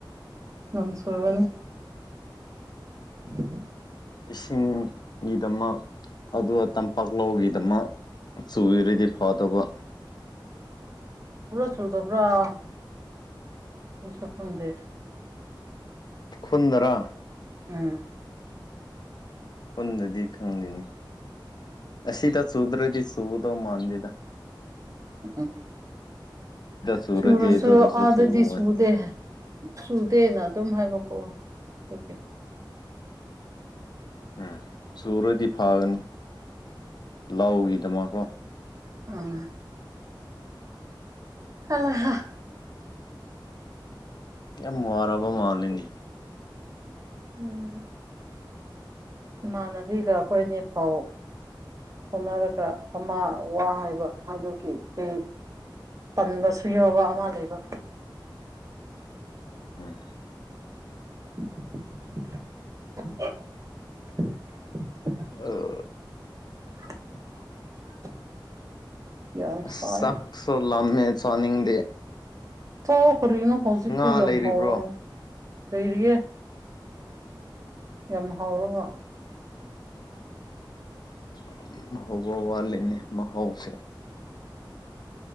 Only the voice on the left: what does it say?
ꯏꯁꯤꯡꯒꯤꯗꯃꯛ ꯑꯗꯨꯒ ꯇꯝꯄꯥꯛ ꯂꯧꯒꯤꯗꯃꯛ ꯆꯨꯔꯗꯤ ꯐꯗ‌ꯣꯕ
ꯄꯨꯟꯗꯔꯥ
ꯈꯨꯟꯗꯗꯤ ꯈꯪꯂꯤꯅꯤ ꯑꯁꯤꯗ ꯆꯨꯗ꯭ꯔꯗꯤ ꯆꯨꯒꯗꯧ ꯃꯥꯥꯟꯗꯦꯗ
ꯆꯨꯔꯗꯤ
ꯑꯗꯨꯗꯁꯨ
ꯆꯨꯕ ꯋꯥꯅꯤ
ꯎꯝ ꯆꯨꯔꯗꯤ ꯐꯥꯒꯅꯤ ꯂꯥꯎꯒꯤꯗꯃꯛꯀꯣ
ꯌꯥꯝ ꯋꯥꯔꯥꯕ ꯃꯥꯜꯂꯦꯅꯦ
ꯎꯝ
ꯑ <unintelligible>
ꯑꯁ
ꯆꯥꯛꯁꯨ ꯂꯝꯃꯦ ꯆꯥꯅꯤꯡꯗꯦ
ꯉꯥ
ꯂꯩꯔꯤꯕ꯭ꯔꯣ
<unintelligible> ꯍꯧꯕ ꯋꯥꯂꯤꯅꯦ ꯃꯍꯥꯎꯁꯦ